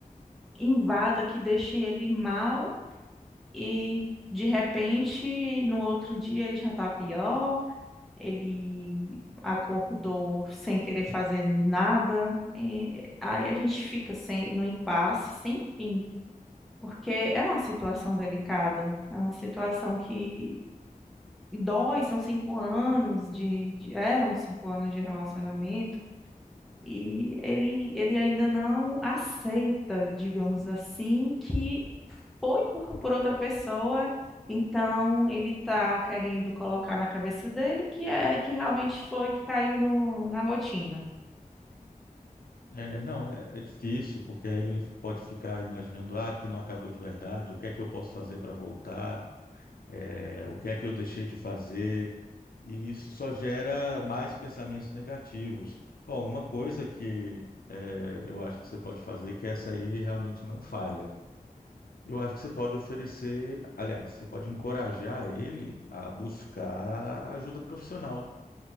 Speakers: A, in the centre; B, on the left (about 85°).
A: invada, que deixe ele mal e de repente, no outro dia ele já tá pior, ele acordou sem querer fazer nada, e aí a gente fica sem, no impasse, sem fim, porque é uma situação delicada, é uma situação que dói, são cinco anos de, de- eram cinco anos de relacionamento, e ele, ele ainda não aceita, digamos assim, que foi por, por outra pessoa. Então, ele está querendo colocar na cabeça dele que é que realmente foi que caiu no, na rotina.
B: É, não, é, é difícil, porque aí ele pode ficar imaginando, ah, aqui não acabou de verdade, o que é que eu posso fazer para voltar? é, o que é que eu deixei de fazer, e isso só gera mais pensamentos negativos. Bom, uma coisa que é, eu acho que você pode fazer, que essa aí realmente não falha. Eu acho que você pode oferecer, aliás, você pode encorajar ele a buscar ajuda profissional,